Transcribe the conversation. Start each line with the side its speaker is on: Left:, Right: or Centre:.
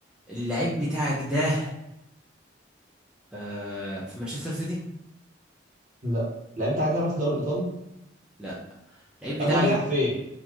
Centre: اللعيب بتاعك ده آه في مانشستر سيتي
Right: لا اللاعب بتاعك ده بيلعب في الدوري الايطالي
Centre: لا اللعيب بتاعك
Right: امال بيلعب
Centre: ده
Right: فين